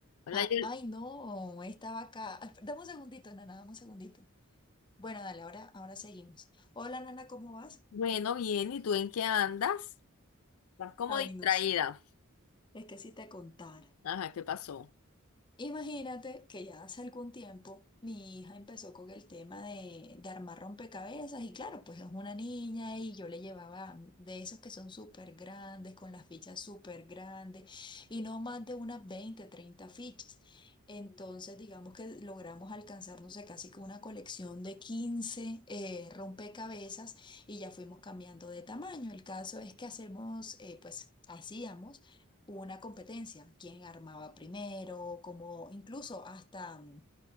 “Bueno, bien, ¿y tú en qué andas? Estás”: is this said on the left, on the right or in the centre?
Left